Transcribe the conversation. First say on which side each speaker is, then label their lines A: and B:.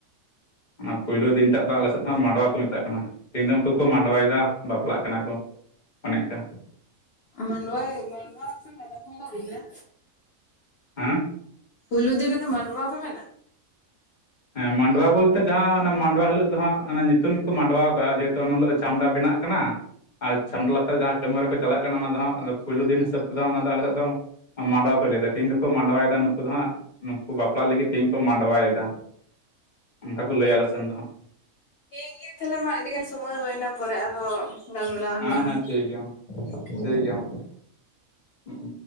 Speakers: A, on the left; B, on the left.
A: ᱚᱱᱟ ᱯᱳᱭᱞᱳ ᱫᱤᱱᱴᱟᱜ ᱫᱚ, ᱟᱞᱮ ᱥᱮᱫ ᱦᱚᱸ ᱢᱟᱰᱚᱣᱟ ᱠᱚ ᱢᱮᱛᱟᱜ ᱠᱟᱱᱟ ᱠᱟᱱᱟ, ᱛᱮᱦᱮᱧ ᱫᱚ ᱩᱱᱠᱩ ᱠᱚ ᱢᱟᱸᱰᱚᱣᱟᱭᱫᱟ ᱵᱟᱯᱞᱟᱜ ᱠᱟᱱᱟ ᱠᱚ, ᱚᱱᱮ ᱚᱱᱠᱟ᱾
B: ᱢᱟᱸᱰᱣᱟᱭ, ᱢᱟᱸᱰᱣᱟ <unintelligible> ᱜᱮᱭᱟ?
A: ᱦᱮᱸ
B: ᱯᱷᱳᱭᱞᱳ ᱫᱤᱱ ᱨᱮᱜᱮ ᱢᱟᱸᱰᱚᱣᱟ ᱯᱮ ᱢᱮᱱᱟ᱾
A: ᱦᱮᱸ ᱢᱟᱰᱣᱟ ᱵᱚᱞᱛᱮ ᱡᱟᱦᱟᱸ, ᱚᱱᱟ ᱢᱟᱰᱣᱟ ᱦᱤᱞᱳᱜ ᱫᱚ ᱦᱟᱸᱜ ᱚᱱᱟ ᱧᱩᱛᱩᱢ ᱠᱚ ᱢᱟᱰᱚᱣᱟ ᱠᱟᱜᱼᱟ, ᱡᱮ <unintelligible> ᱪᱷᱟᱢᱰᱟ ᱵᱮᱱᱟᱜᱼᱼ ᱠᱟᱱᱟ, ᱟᱨ ᱪᱷᱟᱢᱰᱟ ᱞᱟᱛᱟᱨ ᱡᱟᱦᱟᱸ ᱠᱟᱹᱢᱤᱦᱚᱨᱟ ᱠᱚ ᱪᱟᱞᱟᱜ ᱠᱟᱱᱟ, ᱚᱱᱟ ᱫᱚ ᱦᱟᱸᱜ ᱯᱳᱭᱞᱳ ᱫᱤᱱ ᱦᱤᱸᱥᱟᱹᱵ ᱛᱮᱫᱚ ᱚᱱᱟ ᱫᱚ ᱟᱞᱮ ᱥᱮᱫ ᱫᱚᱼᱼ ᱢᱟᱸᱰᱣᱟ ᱯᱮ ᱞᱟᱹᱭ ᱫᱟ, ᱛᱤᱦᱤᱱ ᱫᱚ ᱯᱮ ᱢᱟᱸᱰᱣᱟᱭ ᱫᱟ ᱱᱩᱸᱠᱩ ᱫᱚ ᱦᱟᱸᱜ ᱱᱩᱠᱩ ᱵᱟᱯᱞᱟᱜ ᱞᱟᱹᱜᱤᱫ ᱛᱤᱦᱤᱧ ᱠᱚ ᱢᱟᱸᱰᱣᱟᱭ ᱫᱟ᱾ ᱚᱱᱠᱟ ᱠᱚ ᱞᱟᱹᱭᱟ
B: ᱦᱮᱸ
A: ᱟᱞᱮ
B: ᱛᱚ
A: ᱥᱮᱱ ᱫᱚ ᱦᱟᱸᱜ᱾
B: ᱴᱷᱤᱠ ᱜᱤᱭᱟ ᱛᱟᱦᱚᱞᱮ ᱢᱟ ᱟᱹᱰᱤ ᱜᱟᱱ ᱥᱚᱢᱚᱭ ᱦᱩᱭᱱᱟ, ᱯᱚᱨᱮ ᱟᱨᱦᱚᱸᱼᱼ ᱜᱟᱞᱢᱟᱨᱟᱣ ᱦᱩᱭᱩᱜᱼᱟ
A: ᱦᱮᱸ ᱦᱮᱸ
B: ᱸᱻᱻ,
A: ᱴᱷᱤᱠ ᱜᱮᱭᱟ ᱢᱟ
B: ᱴᱷᱤᱼᱼ
A: ᱴᱷᱤᱠ ᱜᱮᱭᱟ ᱢᱟ ᱦᱩᱸ